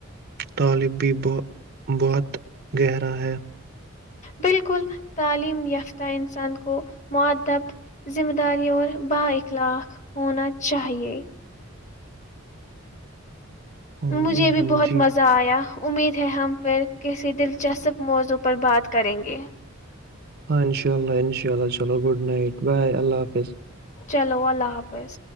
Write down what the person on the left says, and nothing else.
بالکل تعلیم یافتہ انسان کو معدب ذمہ داری اور بااخلاق ہونا چاہیے
مجھے
بھی
بہت
مزہ آیا امید ہے ہم پھر کسی دلچسپ موضوع پر بات کریں گے
چلو اللہ حافظ